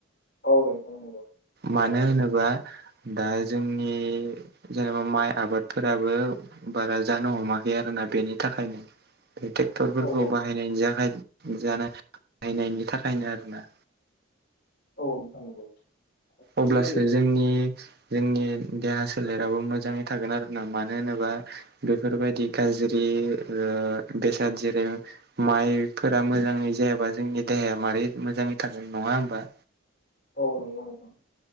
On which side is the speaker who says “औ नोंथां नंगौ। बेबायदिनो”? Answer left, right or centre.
Left